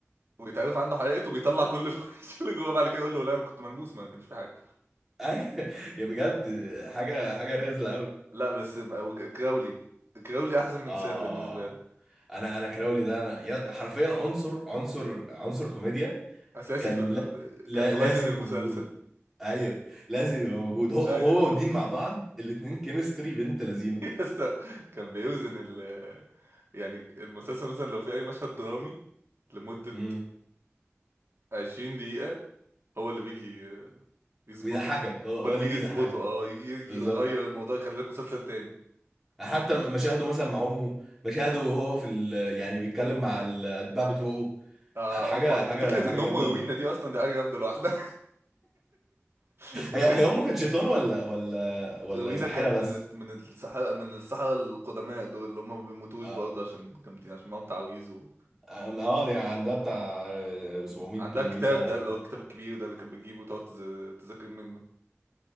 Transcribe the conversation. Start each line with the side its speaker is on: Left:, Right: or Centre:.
Right: ويتعرف عنده حقيقته بيطلع كل <laughs> الوحش اللي جواه بعد كده يقول له لا انا كنت ملبوس ما كانش في حاجه
Centre: ايوه <laughs> يا بجد حاجه حاجه رزله قوي
Right: لا بس ما- وك- كراولي كراولي احسن من
Centre: اه
Right: سام بالنسبه لي
Centre: انا انا كراولي ده انا يا- حرفيا عنصر عنصر عنصر كوميديا
Right: اساسي
Centre: كان
Right: في ال...
Centre: لا لا
Right: كان
Centre: لازم
Right: وزن المسلسل
Centre: يبقى موجود ايوه لازم يبقى موجود هو
Right: ايوه
Centre: هو ودين مع بعض الاتنين كيمستري بنت لذينه
Right: <laughs> يسا كان بيوزن ال يعني المسلسل مثلا لو في اي مشهد درامي لمده
Centre: امم
Right: 20 دقيقة هو اللي بيجي يظبطه
Centre: بيضحكك هو هو
Right: هو اللي
Centre: اللي
Right: بيجي
Centre: يجي
Right: يظبطه
Centre: يضحكك
Right: اه يجي
Centre: بالظبط
Right: يغير الموضوع يخلي لك مسلسل تاني
Centre: حتى مشاهده مثلا مع امه مشاهده وهو في ال... يعني بيتكلم مع الاتباع بتوعه
Right: آه
Centre: حاجه
Right: هم
Centre: حاجه
Right: فكرة
Centre: حاجه
Right: ان هم
Centre: جامده
Right: روينا دي اصلا دي حاجة جامدة لوحدها <laughs> فكرة
Centre: هي هي امه كانت شيطان ولا ولا ولا
Right: روينا
Centre: ساحره
Right: كان من
Centre: بس
Right: الت- من السحرة من السحرة القدماء دول اللي هم ما بيموتوش
Centre: اه
Right: برضه عشان جامدين عشان معاهم تعاويذ و...
Centre: اه يعني عندها بتاع 700
Right: عندها
Centre: 800
Right: الكتاب
Centre: سنه
Right: ده
Centre: ولا
Right: اللي
Centre: حاجه
Right: هو الكتاب
Centre: <laughs>
Right: الكبير ده اللي كانت بتجيبه وتقعد تز- تذاكر منه